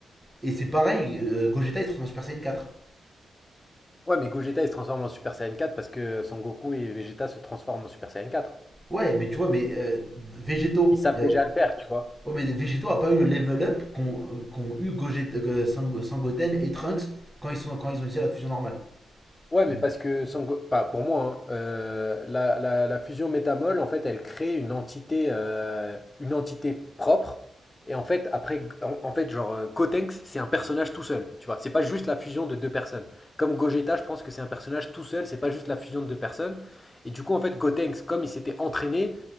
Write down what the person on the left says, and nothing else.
Ouais, mais Gogeta, il se transforme en Super Saiyan quatre parce que Son Goku et Vegeta se transforment en Super Saiyan quatre.
Ils savent
déjà
le faire, tu vois.
Ouais, mais
parce que Sango- pas pour moi, hein, euh, la, la- la fusion métamol, en fait, elle crée une entité, euh, une entité propre. Et en fait, après, en, en fait, genre, euh, Gotenks, c'est un personnage tout seul. Tu vois, c'est pas juste la fusion de deux personnes. Comme Gogeta, je pense que c'est un personnage tout seul, c'est pas juste la fusion de deux personnes. Et du coup, en fait, Gotenks, comme il s'était entraîné,